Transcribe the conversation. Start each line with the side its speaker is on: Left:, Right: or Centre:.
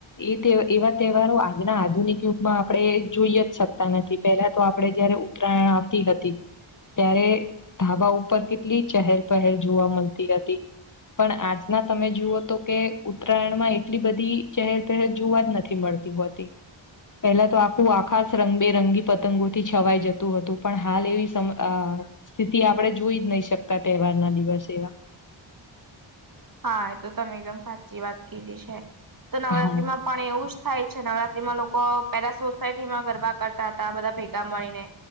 Left: ઈ તહે એવા તહેવારો આજના આધુનિક યુગમાં આપણે જોઈ જ શકતા નથી પેલા તો આપડે જયારે ઉત્તરાયણ આવતી હતી. ત્યારે ધાબા ઉપર કેટલી ચહેર પહેર જોવા મળતી હતી. પણ આજના તમે જુઓ તો કે ઉત્તરાયણમાં એટલી બધી ચહેર પહેર જોવા જ નથી મળ તી હોતી. પહેલા તો આખું આકાશ રંગબેરંગી પતંગો થી છવાઈ જતું હતું પણ હાલ એવી સમ અ સ્થિતિ આપણેે જોઈ જ નહી શકતા તહેવાર ના દિવસે એવા.
Right: હા એ તો તમે એકદમ સાચી વાત કીધી છે તો નવરાત્રીમાં
Left: હા
Right: પણ એવું જ થાય છે નવરાત્રીમાં લોકો પેરા સોસાયટી માં ગરબા કરતા હતા આ બધા ભેગા મળીને.